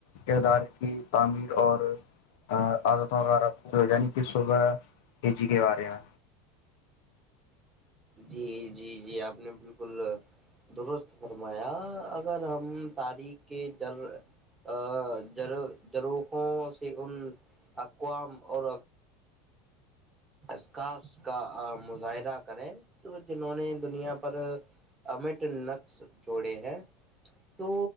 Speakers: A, on the left; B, on the right.
A: کردار کی تعمیر اور عادت وغیرہ کچھ عنی صبح کے جی کے بارے میں
B: جی جی جی آپ نے بالکل درست فرمایا اگر ہم تاریخ کے در ار جروخوں سے ان اقوام اور عخاص کا مظاہرہ کریں تو جنہوں نے دنیا پر امٹ نقش جوڑے ہیں تو